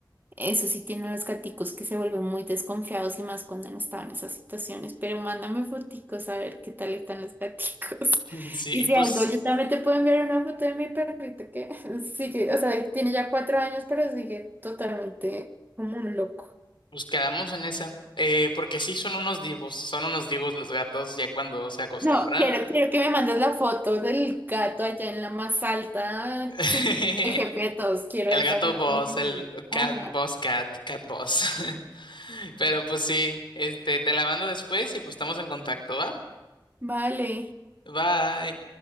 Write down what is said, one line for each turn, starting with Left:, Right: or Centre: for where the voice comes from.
Right: Eso sí tienen los gaticos que se vuelven muy desconfiados y más cuando han estado en esas situaciones. Pero mándame foticos a ver qué tal están los gaticos. <laughs>
Left: <laughs> Sí,
Right: Y
Left: y
Right: si
Left: pues,
Right: algo, yo también te puedo enviar una foto de mi perrito que <laughs> sigue, o sea, tiene ya cuatro años, pero sigue totalmente como un loco.
Left: pues quedamos en esa. Eh, porque sí son unos divos, son unos divos los gatos ya cuando se acostumbran.
Right: No, quiero, quiero que me mandes la foto del gato allá en la más alta,
Left: <laughs>
Right: sintiendo el jefe de todos. Quiero
Left: El
Right: esa
Left: gato
Right: foto.
Left: boss, el cat
Right: Ajá.
Left: boss cat, cat boss. <laughs> Pero pues sí, este, te la mando después y pues estamos en contacto, ¿va?
Right: Vale.
Left: Bye.